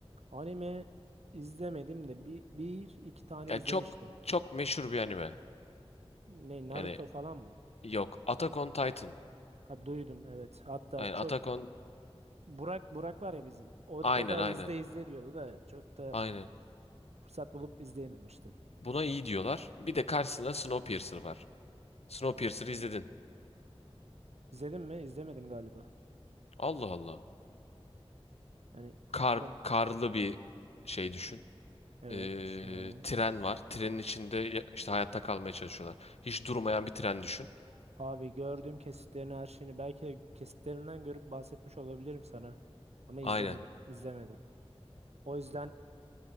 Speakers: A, on the right; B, on the left.
A: Anime izlemedim de bir, bir iki tane
B: Ya
A: izlemiştim.
B: çok çok meşhur bir anime.
A: Ne Naruto
B: Yani
A: falan mı?
B: yok. Attack on Titan.
A: Ha, duydum evet. Hatta
B: Yani
A: çok
B: Attack on...
A: Burak Burak var ya bizim. O, o
B: Aynen
A: da
B: aynen.
A: izle izle diyordu da çok da
B: Aynen.
A: fırsat bulup izleyememiştim.
B: Buna iyi diyorlar. Bir de karşısında Snowpiercer var. Snowpiercer'ı izledin.
A: İzledim mi? İzlemedim galiba.
B: Allah Allah.
A: Yani hatırlamıyorum.
B: Kar, karlı bir şey düşün.
A: Evet
B: Ee,
A: düşünüyorum.
B: tren var. Trenin içinde ya- işte hayatta kalmaya çalışıyorlar. Hiç durmayan bir tren düşün.
A: Abi gördüğüm kesitlerini her şeyini belki de kesitlerinden görüp bahsetmiş olabilirim sana. Ama izlemedim.
B: Aynen.
A: İzlemedim. O yüzden